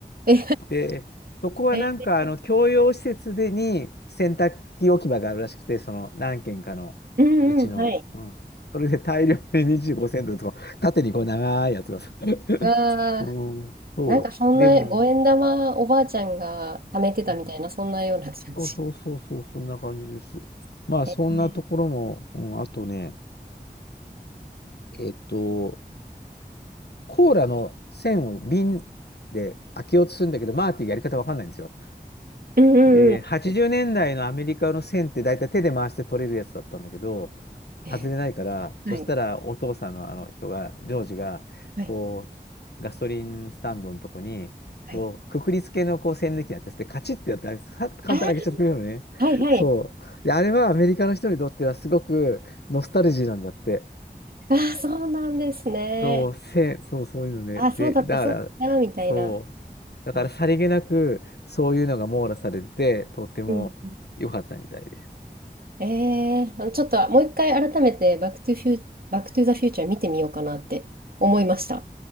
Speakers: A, on the right; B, on the left.
A: え、
B: で、そこはなんか、
A: <laughs> え、
B: あの、共用施設でに洗濯機置き場があるらしくて、その何軒かのうちの、
A: うんうん。はい。
B: うん。それで大量で25セントとか、縦にこう長いやつがさ。<laughs>
A: わあ、
B: うん、そう。
A: なんかそんな五円玉おばあちゃんが貯めてたみたいな、
B: でも、うん、
A: そんなような感じ。
B: そうそうそうそう、そんな感じです。まあ、
A: <laughs>
B: そんなところも、
A: えー、
B: うん、あとね、えっと、コーラの栓を瓶で開けようとするんだけど、マーティがやり方わかんないんですよ。
A: うんうんうん
B: で、80年代のアメリカの栓って大体手で回して取れるやつだったんだけど、
A: え
B: 外れないから、そしたらお父さんのあの人が、
A: はい。
B: ジョージが、
A: はい。
B: こう、ガソリンスタンドのとこに、
A: はい。
B: こう、くくりつけのこう栓抜きやってて、カチッてやって、さっと簡単に開けちゃってくれるのね。
A: あー、はいはい。
B: そう。で、あれはアメリカの人にとってはすごくノスタルジーなんだって。
A: ああ、そうなんですね。
B: そう、せ、そう、そういうので、
A: あー、そうだった、
B: で、だから、
A: そうだった、みたいな。
B: そう、だからさりげなく、
A: えん
B: そういうのが網羅されてて、とっても良かったみたいです。
A: うん。えー、ちょっともう一回改めてバックトゥフュー、バックトゥザフューチャー見てみようかなって思いました。